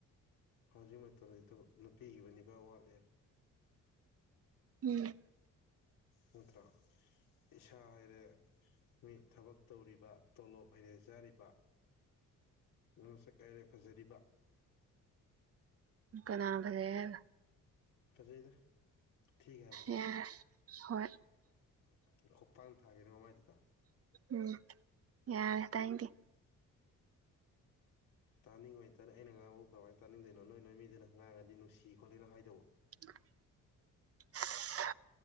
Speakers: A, on the left (about 80°); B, on the right (about 45°).
A: ꯍꯧꯖꯤꯛ ꯃꯇꯝꯖꯤꯗꯕꯨ ꯅꯨꯄꯤꯒꯤꯕꯨ ꯅꯤꯄꯥ ꯋꯥꯠꯂꯦꯔ
B: ꯎꯝ
A: ꯅꯠꯇ꯭ꯔꯣ ꯏꯁꯥ ꯍꯥꯏꯔꯦ ꯃꯤ ꯊꯕꯛ ꯇꯧꯔꯤꯕ ꯇꯣꯂꯣꯞ ꯍꯥꯢꯔꯦ ꯆꯥꯔꯤꯕ ꯅꯁꯛ ꯍꯥꯏꯔꯦ ꯐꯖꯔꯤꯕ
B: ꯀꯅꯥꯅ ꯐꯖꯩ ꯍꯥꯏꯕ
A: ꯐꯖꯩꯗ ꯊꯤ ꯍꯥꯏꯔꯛꯄ꯭ꯔꯣ
B: ꯌꯥꯔꯦ
A: <unintelligible>
B: ꯍꯣꯏ
A: ꯈꯨꯄꯥꯛꯅ ꯊꯥꯒꯦꯅꯦ ꯃꯃꯥꯏꯗꯨꯗ
B: ꯎꯝ ꯌꯥꯔꯦ ꯇꯥꯢꯟꯇꯦ
A: ꯇꯥꯅꯤꯡꯉꯣꯏ ꯇꯥꯅ ꯑꯩꯅ ꯉꯥꯡꯕꯕꯨ ꯀꯃꯥꯏꯟ ꯇꯥꯅꯤꯡꯗꯣꯏꯅꯣ ꯅꯣꯏ ꯅꯣꯏ ꯃꯤꯗꯨꯅ ꯉꯥꯡꯉꯗꯤ ꯅꯨꯡꯁꯤ ꯈꯣꯠꯂꯤꯅ ꯍꯥꯏꯗꯧꯕ
B: <unintelligible> <unintelligible> ꯑꯁ